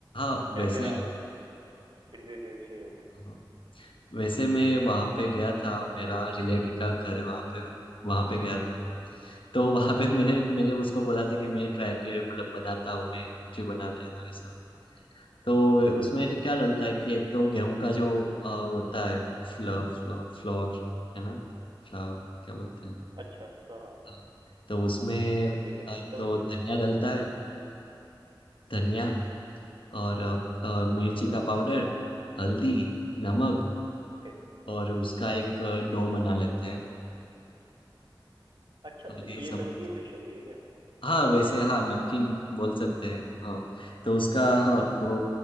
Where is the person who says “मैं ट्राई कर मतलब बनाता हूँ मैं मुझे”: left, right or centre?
Left